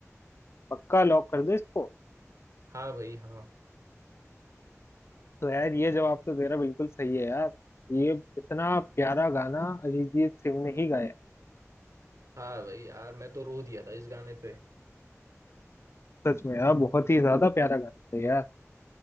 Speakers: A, on the left; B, on the right.
A: पक्का लॉक कर दो इसको
B: हाँ भाई हाँ
A: तो यार ये जवाब तो तेरा बिल्कुल सही है यार ये इतना प्यारा गाना अरिजीत सिंह ने ही गाया है।
B: हाँ भाई यार मैं तो रो दिया था इस गाने पे
A: सच में यार बहुत ही ज्यादा प्यारा गाना था यार